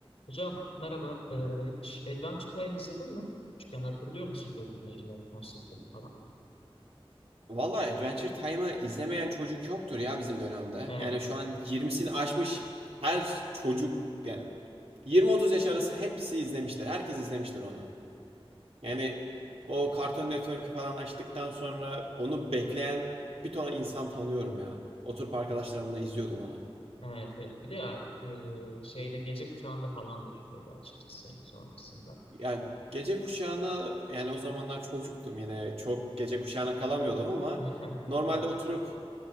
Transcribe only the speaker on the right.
Valla Adventure Time'ı izlemeyen çocuk yoktur ya bizim dönemde.
Yani şu an 20'sini aşmış her çocuk yani 20-30 yaş arası hepsi izlemiştir. Herkes izlemiştir onu. Yani o Cartoon Network'ü falan açtıktan sonra onu bekleyen bir ton insan tanıyorum ya. Oturup arkadaşlarımla izliyordum onu.
Yani gece kuşağına yani o zamanlar çocuktum yine çok gece kuşağına kalamıyordum ama
normalde
oturup